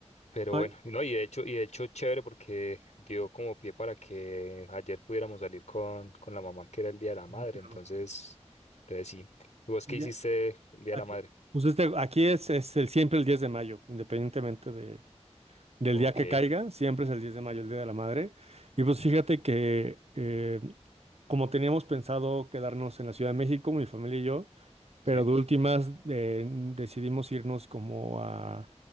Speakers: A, on the left; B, on the right.
A: Pero
B: Ay,
A: bueno, y no, y de hecho, y de hecho, chévere porque dio como pie para que ayer pudiéramos salir con, con la mamá, que era el Día de la Madre.
B: claro.
A: Entonces, entonces sí. ¿Y vos
B: Oye,
A: qué hiciste el Día
B: aquí-
A: de la Madre?
B: pues este, aquí es, es el, siempre el 10 de mayo, independientemente de, del
A: Ok,
B: día que caiga, siempre es el 10 de mayo, el Día de la Madre. Y pues fíjate que eh, como teníamos pensado quedarnos en la Ciudad de México, mi familia y yo, Pero
A: sí.
B: de últimas eh, decidimos irnos como a,